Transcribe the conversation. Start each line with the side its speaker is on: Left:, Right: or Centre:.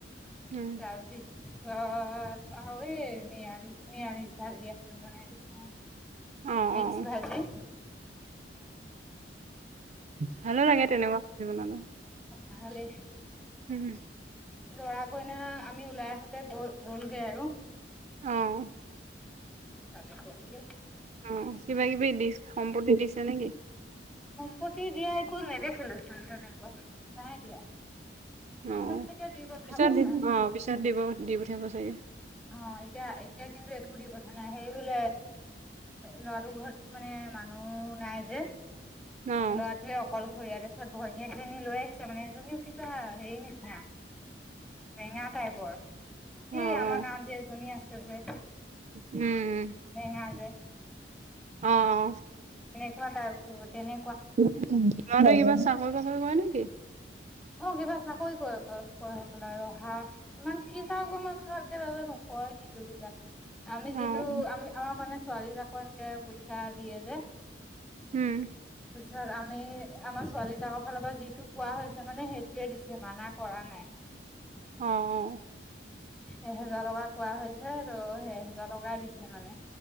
Right: উম,
Centre: ছাব্বিশ ছত। অই নিয়া নিৰামিষ ভাজি এখন বনাই দিছে।
Right: অ',
Centre: মিক্স
Right: অ',
Centre: ভাজি।
Right: ভালো লাগে তেনেকুৱা চি বনালে।
Centre: ভালে।
Right: উম।
Centre: লৰা কইনা আমি ওলাই আহোতে গৈ গ'লগৈ আৰু।
Right: অহ।
Centre: সোনকালে কৰিলে।
Right: অ কিবা কিবি দি সম্পত্তি দিছে নেকি?
Centre: সম্পত্তি দিয়া একো নেদেখিলো তেনেকুৱা নাই দিয়া। পিছত
Right: অ
Centre: চাগে দি পঠাব
Right: পিছত
Centre: কাৰ
Right: আহ পিছত দিব দি পঠিয়াব চাগে
Centre: অ এতিয়া এতিয়া কিন্তু একো দি কথা নাই সেই বোলে এ ল'ৰাটোৰ ঘৰত মানে মানুহ নাই যে।
Right: অ',
Centre: ল'ৰাটোৱে অকল খৰীয়াৰ তাৰিছত ঘৈনীয়েক যে। লৈ আহিছে মানে সেইজনীও কিবা হেৰি নিচিনা। বেঙা টাইপৰ স
Right: অ', অ',
Centre: আমাৰ গাঁৱত যে এজনী আছে যে।
Right: উম।
Centre: বেঙা যে
Right: অহ।
Centre: কাই তেনে।
Right: কিবাৰ চাকৰি বাকৰি কৰে নেকি।
Centre: অ কিবা চাকৈ ক ক ক কৰে হবলা ৰহা ইমান কি চাক মই ভালকে নাজানো। কয়ে কিন্তু কিবা। আমি
Right: অ',
Centre: যিটো আমি আমাৰ মানে ছোৱালী জাক একে পইচা দিয়ে যে।
Right: উম।
Centre: ত আমি আমাৰ ছোৱালী জাকৰ ফালৰ পৰা যিটো কোৱা হৈছে। মানে সেইটোয়ে দিছে মানা কৰা নাই।
Right: অ অ।
Centre: এহেজাৰ টকা কোৱা হৈছে ত এহেজাৰ টকাই দিছে মানে।